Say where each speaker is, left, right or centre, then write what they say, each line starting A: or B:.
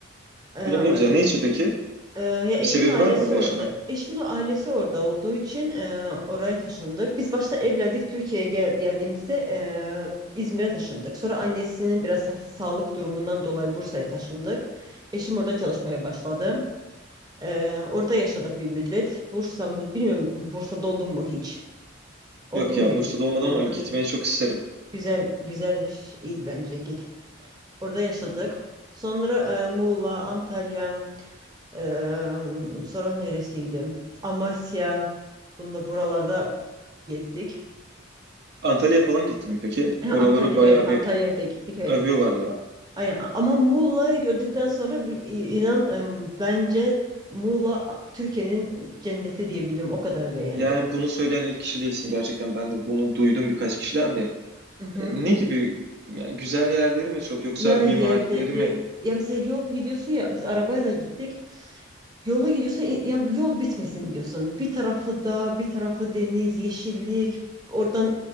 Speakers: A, on the right; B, on the right.
A: Eee,
B: Bilmem
A: o
B: ne güzel.
A: yüz-
B: Ne için peki?
A: eee, ya eşimin
B: Bir sebebi
A: ailesi
B: var mı orada
A: orada.
B: yaşamayın?
A: Eşimin ailesi orada olduğu için eee, oraya taşındık. Biz başta evlendik Türkiye'ye gel geldiğimizde eee, İzmir'e taşındık. Sonra annesinin biraz sa- sağlık durumundan dolayı Bursa'ya taşındık. Eşim orada çalışmaya başladı. Eee, orada yaşadık bir müddet. Bursa mı bilmiyorum Bursa'da oldun mu hiç? Oldun
B: Yok
A: mu
B: ya
A: hiç?
B: Bursa'da olmadım
A: Olmadın
B: ama gitmeyi
A: değil mi?
B: çok isterim.
A: Güzel güzel bir şeydi bence git. Orada yaşadık. Sonra e, Muğla, Antalya, e, sonra neresiydi? Amasya. Bunda buralarda gezdik.
B: Antalya'ya falan gittin mi peki?
A: <clears throat> Ha,
B: Oraları
A: Antalya,
B: bayağı
A: evet Antalya'ya
B: bir
A: da gittik evet.
B: övüyorlar ya.
A: Aynen. Ama Muğla'yı gördükten sonra bir, inan e, bence Muğla Türkiye'nin cenneti diyebilirim. O kadar beğendim.
B: Yani bunu söyleyen ilk kişi değilsin gerçekten. Ben de bunu duydum birkaç kişiden de.
A: Mhm.
B: E, Ne gibi yani güzel yerleri mi çok yoksa
A: ya
B: mimarileri
A: yerleri
B: mi
A: ya mesela yol gidiyorsun ya biz arabayla gittik. Yola gidiyorsun i- ya bu yol bitmesin diyorsun. Bir tarafı dağ, bir tarafı deniz, yeşillik. Oradan